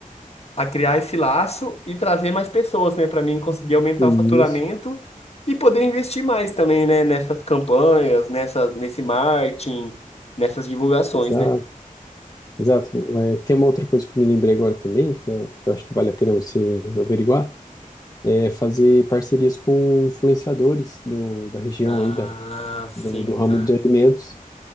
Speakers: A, on the left (about 45°); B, on the left (about 25°).
A: a criar esse laço e trazer mais pessoas, né, para mim conseguir aumentar
B: Isso,
A: o faturamento e poder investir mais também, né, nessas campanhas, nessa, nesse marketing, nessas divulgações,
B: exato,
A: né?
B: exato. É, tem uma outra coisa que eu me lembrei agora também, que eu, que eu acho que vale a pena você averiguar, é fazer parcerias com influenciadores do, da região
A: Ah,
B: aí, da,
A: sim,
B: do, do ramo
A: cara.
B: de alimentos.